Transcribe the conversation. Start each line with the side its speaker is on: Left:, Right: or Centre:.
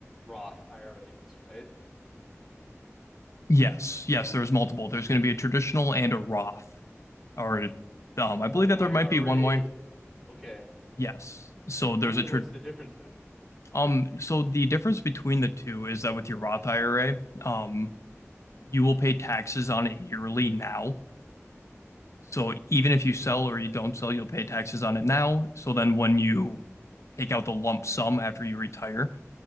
Centre: Roth IRAs, right?
Left: yes, yes. There's multiple. There's going to be a traditional and a Roth, or um, I believe
Centre: Oh,
Left: that
Centre: IRA.
Left: there might be one more.
Centre: Okay.
Left: Yes. So there's
Centre: So wait,
Left: a trad
Centre: what's the difference then?
Left: um. So the difference between the two is that with your Roth IRA, um, you will pay taxes on it yearly now. So even if you sell or you don't sell, you'll pay taxes on it now. So then when you take out the lump sum after you retire,